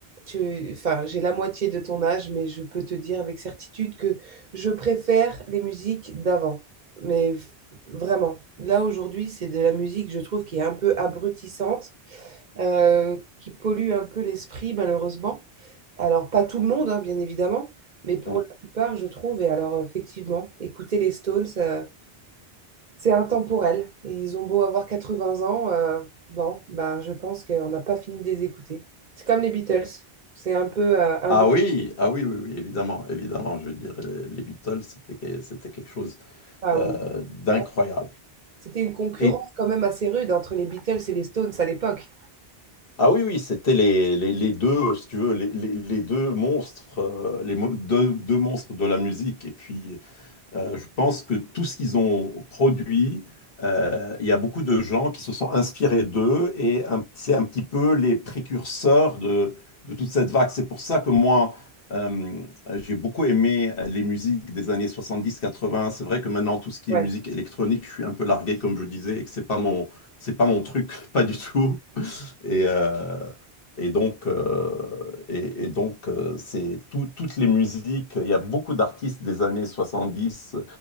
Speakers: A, on the right; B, on the left.
A: Tu... Enfin, j'ai la moitié de ton âge, mais je peux te dire avec certitude que je préfère les musiques d'avant. Mais v- vraiment, là aujourd'hui, c'est de la musique, je trouve, qui est un peu abrutissante, euh, qui pollue un peu l'esprit, malheureusement. Alors, pas tout le monde, hein, bien évidemment, mais pour
B: hmm, hmm.
A: la plupart, je trouve. Et alors, effectivement, écouter les Stones, euh, c'est intemporel. Et ils ont beau avoir 80 ans, euh, bon, ben, je pense qu'on n'a pas fini de les écouter. C'est comme les Beatles. C'est un peu euh, un
B: Ah
A: des.
B: oui, ah oui, oui, oui, évidemment, évidemment. Je veux dire, les les Beatles, c'était que- c'était quelque chose
A: ah
B: euh,
A: oui.
B: d'incroyable.
A: Ouais. C'était une concurrence
B: Et
A: quand même assez rude entre les Beatles et les Stones à l'époque.
B: Ah oui, oui, c'était les, les, les deux, euh, si tu veux, les, les- les deux monstres, euh, les mo- deux, deux monstres de la musique. Et puis, euh, je pense que tout ce qu'ils ont produit, euh, il y a beaucoup de gens qui se sont inspirés d'eux et un- c'est un petit peu les précurseurs de, de toute cette vague. C'est pour ça que moi, euh, j'ai beaucoup aimé euh, les musiques des années soixante-dix quatre-vingts C'est vrai que maintenant, tout ce qui
A: Ouais,
B: est musique électronique, je suis un peu largué, comme je disais, et que c'est pas mon, c'est pas mon truc, <laughs> pas du tout. Et, euh, et donc, euh, et, et donc euh, c'est tout- toutes les musiques. Il y a beaucoup d'artistes des années 70